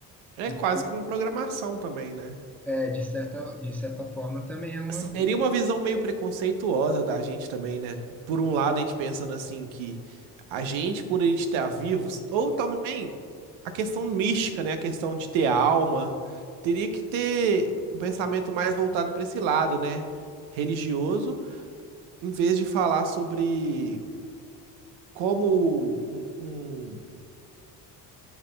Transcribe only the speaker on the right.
é
quase que uma programação também, né?
Seria uma visão meio preconceituosa da gente também, né? Por um lado, a gente pensando assim que a gente, por a gente estar vivos, ou também a questão mística, né? A questão de ter alma, teria que ter um pensamento mais voltado para esse lado, né? Religioso, em vez de falar sobre como um- um-